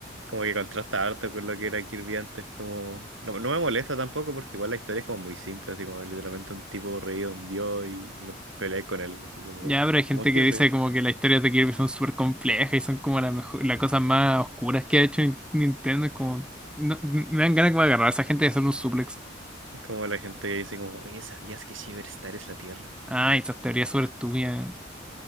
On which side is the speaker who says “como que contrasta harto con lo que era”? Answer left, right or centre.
Right